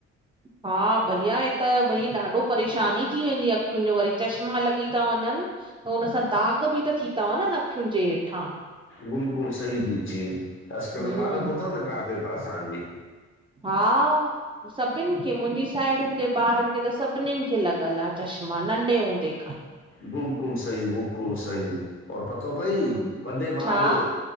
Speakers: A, on the right; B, on the left.
A: हा भईया हे त भई ॾाढो परेशानी थी वेंदी अखियुनि जो वरी चश्मा लॻी था वञनि। त हुन सां दाग बि त थी था वञन अखियुनि जे हेठां।
B: बिल्कुलु सही थी च ई अॼुकल्ह
A: हम्म
B: ॿार ॿुधनि किथे ता असांजी।
A: हा। सभिनि खे मुंहिंजी साहेड़िययुनि जे ॿारनि खे त सभिननिनि खे लॻल आहे चश्मा नंढे हूंदे खां ई।
B: बिल्कुलु सही बिल्कुलु सही औ पत त भई
A: हम्म
B: बॾे भाग
A: छा
B: जो